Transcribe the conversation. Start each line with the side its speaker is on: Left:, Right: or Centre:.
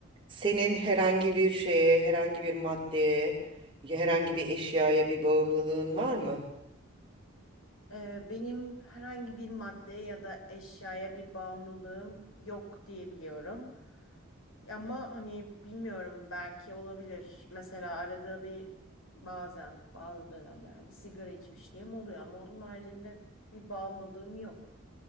Right: Senin herhangi bir şeye, herhangi bir maddeye, herhangi bir eşyaya bir bağımlılığın var mı?
Left: Ee, benim herhangi bir maddeye ya da eşyaya bir bağımlılığım yok diyebiliyorum. Ama hani bilmiyorum belki olabilir. Mesela arada bir bazen bazı dönemlerde sigara içmişliğim oluyor ama onun haricinde bir bağımlılığım yok.